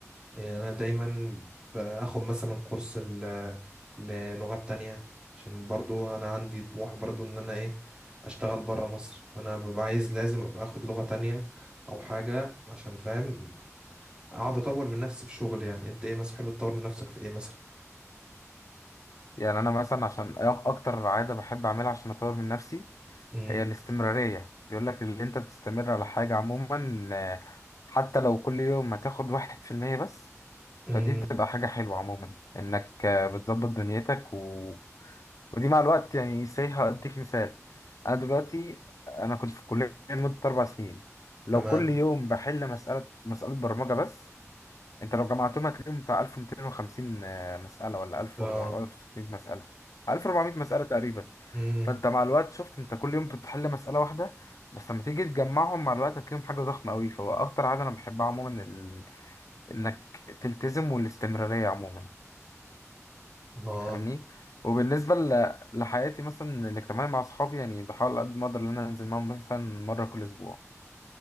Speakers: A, on the right; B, on the left.
A: يعني أنا دايما باخد مثلا كورس ل- للغات تانية عشان برضو أنا عندي طموح برضو إن أنا إيه أشتغل برا مصر فأنا ببقى عايز لازم أبقى أخد لغة تانية أو حاجة عشان فاهم اقعد اطور من نفسي في شغل يعني انت ايه مثلا بتحب تطور من نفسك في ايه مثلا
B: يعني انا مثلا عشان اكتر عاده بحب اعملها عشان اطور من نفسي
A: امم
B: هي الاستمرارية بيقول لك اللي انت تستمر على حاجة عموما آه، حتى لو كل يوم هتاخد واحد في المية بس
A: امم
B: فدي بتبقى حاجة حلوة عموما إنك آه، بتظبط دنيتك و... ودي مع الوقت يعني سايحة هديك مثال أنا دلوقتي أنا كنت في الكلية لمدة أربع سنين لو
A: تمام
B: كل يوم بحل مسألة مسألة برمجة بس أنت لو جمعتهم هتلاقيهم بتاع 1250 آه، مسألة ولا 1400
A: اه
B: مسألة 1400 مسألة تقريبا
A: امم
B: فأنت مع الوقت شفت أنت كل يوم بتحل مسألة واحدة بس لما تيجي تجمعهم مع الوقت هتلاقيهم حاجة ضخمة أوي فهو أكتر عادة أنا بحبها عموما انك تلتزم والاستمرارية عموما
A: اه
B: فاهمني وبالنسبة ل- لحياتي مثلا الاجتماعية مع اصحابي يعني بحاول قد ما اقدر ان انا انزل معاهم مثلا مرة كل اسبوع